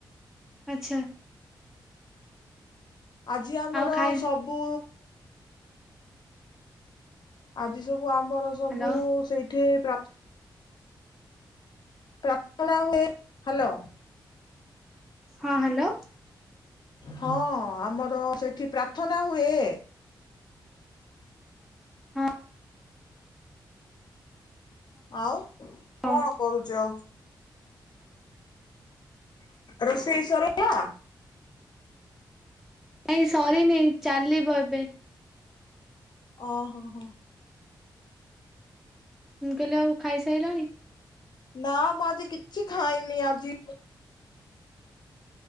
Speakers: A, in the centre; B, on the left.
A: ଆଛା।
B: ଆଜି ଆମର
A: ଆଉ ଖାଇ
B: ସବୁ ଆଜି ସବୁ ଆମର ସବୁ
A: ହ୍ୟାଲୋ
B: ସେଇଠି ପ୍ରାପ୍ ପ୍ରାଥନା ହୁଏ ହ୍ୟାଲୋ।
A: ହଁ ହ୍ୟାଲୋ।
B: ହଁ ଆମର ସେଠି ପ୍ରାର୍ଥନା ହୁଏ।
A: ହଁ
B: ଆଉ
A: ହଁ
B: କଣ କରୁଚ? ରୋଷେଇ ସରିଲା
A: ନାଇଁ ସରିନି ଚାଲିବ ଏବେ।
B: ଓ ହୋ ହୋ।
A: ମୁଁ କହିଲି ଆଉ ଖାଇସାଇଲଣି?
B: ନା ମୁଁ ଆଜି କିଛି ଖାଇନି ଆଜି।